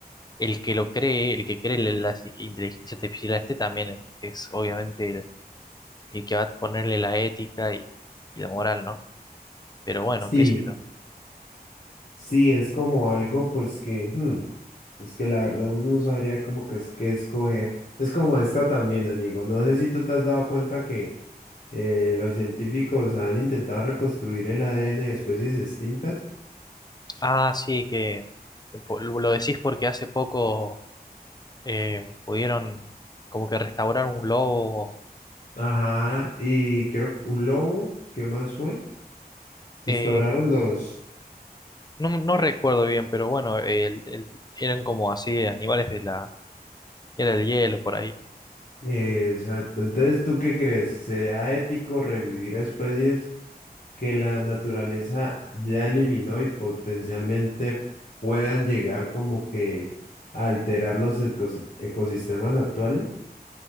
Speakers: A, on the left (about 25°); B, on the left (about 55°).
A: el que lo cree, el que cree la la inteligencia artificial a este también es, es obviamente el, el que va a ponerle la ética y, y la moral, ¿no? Pero bueno,
B: Sí.
A: qué sé yo.
B: Sí, es como algo pues que, hmm, pues que la verdad uno no sabría como que es que escoger. Es como esta también, amigo. No sé si tú te has dado cuenta que eh, los científicos han intentado reconstruir el ADN de especies extintas.
A: Ah, sí, que eh, po- lo decís porque hace poco eh, pudieron como que restaurar un lobo.
B: Ajá, y creo que un lobo, ¿qué más fue? Restauraron
A: eh,
B: dos.
A: no, no recuerdo bien, pero bueno, el- el- eran como así animales de la... Era el hielo por ahí.
B: Eh, exacto. Entonces, ¿tú qué crees? ¿Sería ético revivir a especies? que la naturaleza ya eliminó y potencialmente puedan llegar como que a alterar los ecos- ecosistemas actuales.